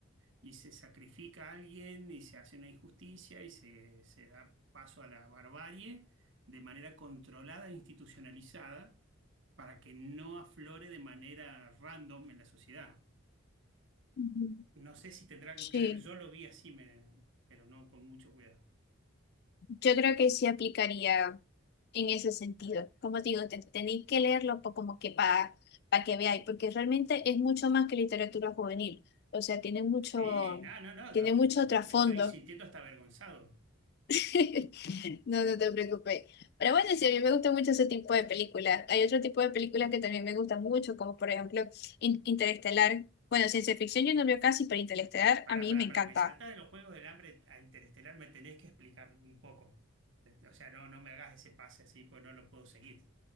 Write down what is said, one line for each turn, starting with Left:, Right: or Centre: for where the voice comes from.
Right: y se sacrifica a alguien y se hace una injusticia y se, se da paso a la barbarie de manera controlada e institucionalizada para que no aflore de manera random en la sociedad.
Left: Ujú.
Right: No sé si tendrá algo
Left: Sí.
Right: que ver, yo lo vi así, me- pero no con mucho cuidado.
Left: Yo creo que sí aplicaría en ese sentido. Como digo, te- tenéis que leerlo po- como que para que veáis, porque realmente es mucho más que literatura juvenil. O sea, tiene mucho,
Right: Sí, no, no, no,
Left: tiene
Right: ya me,
Left: mucho
Right: me-
Left: trasfondo.
Right: me estoy sintiendo hasta avergonzado
Left: <laughs> No, no te preocupes. Pero bueno, sí, a mí me gusta mucho ese tipo de películas. Hay otro tipo de películas que también me gustan mucho, como por ejemplo In- Interestelar. Bueno, ciencia ficción yo no veo casi, pero Interestelar
Right: Eh, para,
Left: a mí
Right: para,
Left: me encanta.
Right: para, me salta de los Juegos del Hambre a Interestelar, me tenés que explicar un poco. Eh, O sea, no, no me hagas ese pase así, pues no lo puedo seguir.